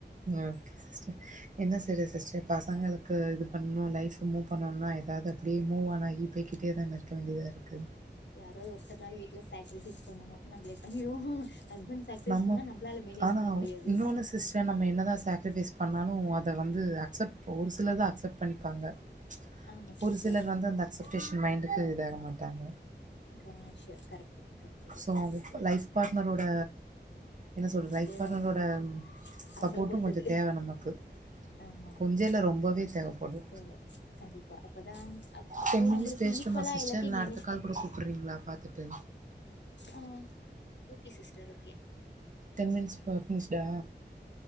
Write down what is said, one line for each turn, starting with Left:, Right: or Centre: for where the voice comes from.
Right: ஓகே சிஸ்டர் என்ன செய்ரது சிஸ்டர் பசங்களுக்கு இது பண்ணு லைப் <unintelligible> பண்ணோன்னா ஏதாது அப்டியே மூவ்வான் ஆகி போய்கிட்டே தான இருக்க வேண்டியதா இருக்கு
Left: அதாது ஒருத்தர்னாது வீட்ல சாக்ரிஃபைஸ் பண்ணணு நம்ளே பண்ணிருவோ ஹஸ்பண்ட் சாக்ரிஃபைஸ்
Right: நம்ம
Left: பண்ணா நம்பளால மேனேஜ்
Right: ஆனா
Left: பண்ண முடியாது.
Right: இன்னொன்னு சிஸ்டர் நம்ம என்னதா சேக்ரிபைஸ் பண்ணாலு அத வந்து அக்சப்ட் ஒரு சிலர் தா அக்சப்ட் ண்ணிப்பாங்க ச்
Left: ஆமா சிஸ்டர்
Right: ஒரு சிலர் வந்து அந்த
Left: கரெக்ட்டு.
Right: அக்சப்டேஷன் மைண்டுக்கு இதாக மாட்டாங்க
Left: க ஷூர் கரெக்ட்டு தான் கரெக்ட்டு தான்
Right: சோ
Left: சிஸ்.
Right: லைஃப் பார்ட்னரோட என்ன சொல்ற
Left: அப்டியே
Right: லைஃப் பார்ட்னரோட
Left: அவ அவங்கள
Right: சப்போர்ட்டு
Left: பொறுத்தது
Right: கொஞ்சோ தேவ நமக்கு
Left: ஆமா ஆமா
Right: கொஞ்சோ இல்ல ரொம்பவே தேவப்படு
Left: தேவ கண்டிப்பா அப்பதா அப் அப்போ
Right: டென் மினிட்ஸ்
Left: நம்மளுக்கு
Right: பேசிட்டோமா
Left: ஈக்குவலா
Right: சிஸ்டர்
Left: எல்லாத்தையு
Right: இல்ல
Left: மேனேஜ்
Right: அடுத்த கால்
Left: பண்ண
Right: கூட
Left: முடியு
Right: கூப்பிட்றீங்களா பாத்துட்டு
Left: ஆ ஓகே சிஸ்டர் ஓகே
Right: டென்மினிட்ஸ் ப பேஸ் ரா